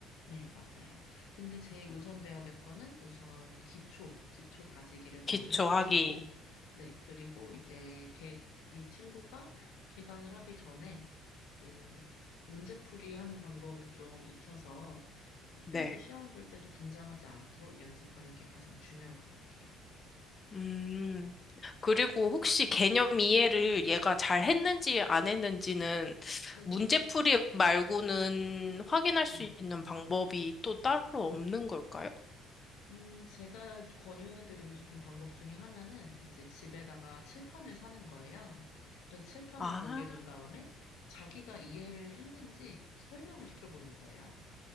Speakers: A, on the left (about 75°); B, on the left (about 20°).
A: 네, 맞아요. 근데 제일 우선돼야 될 거는 우선 기초, 기초 다지기를 먼저
B: 기초하기.
A: 해주시고, 네, 그리고 이제 걔, 이 친구가 개강을 하기 전에 그 문제풀이 하는 방법을 좀 익혀서 학교에서
B: 네.
A: 시험 볼 때도 긴장하지 않도록 연습하는 게 가장 중요할 것 같아요.
B: 음, 그리고 혹시 개념 이해를 얘가 잘 했는지 안 했는지는
A: 네네.
B: 문제풀이
A: 네.
B: 말고는 확인할 수
A: 네.
B: 있는 방법이 또 따로 없는 걸까요?
A: 음, 제가 권유해드리고 싶은 방법 중에 하나는 이제 집에다가 칠판을 사는 거예요. 그래서 칠판을
B: 아,
A: 구비해둔 다음에 자기가 이해를 했는지 설명을 시켜보는 거예요.